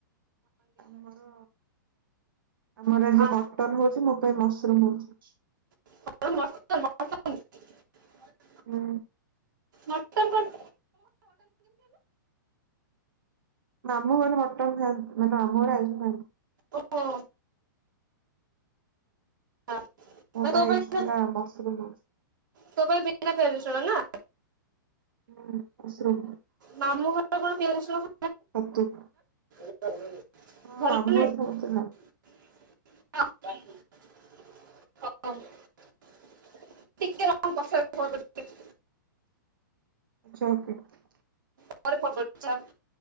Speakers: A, on the right; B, on the right.
A: ଆମର ଆମର
B: ଆ,
A: ଆଜି ମଟନ ହୋଉଚି। ମୋ ପାଇଁ ମସୁ ରୁମ୍ ହୋଉଚି।
B: <inaudible>
A: ହୁଁ।
B: ମଟନ୍ କନ?
A: ମାମୁଁ ଘରେ ମଟନ ଖାଆନ୍ତି। ମାନେ ଆମ ଘରେ ଆାଇଁଷ ଖାଆନ୍ତି।
B: ଓହୋ। ହ
A: ମୋ
B: ତୋ ପାଇଁ
A: ଏକ୍ସଟ୍ରା ମସରୁମ ହଉଛି
B: ତୋ ପାଇଁ ବିନା ପିଆଜ ରସୁଣ ନା।
A: ହଁ ମସୁରୁମ୍।
B: ମାମୁଁ ଘର କଣ ପିଆଜ ରସୁଣଖା
A: <inaudible>
B: <inaudible> ଭଲ
A: ହଁ ମାମୁଁ ଘରେ ସମସ୍ତେ
B: ନାହିଁ
A: ଖାଆନ୍ତି
B: <inaudible> ଟିକେ ରହ ମୁଁ ପଛରେ ଫୋନ <inaudible>
A: <unintelligible>
B: <inaudible>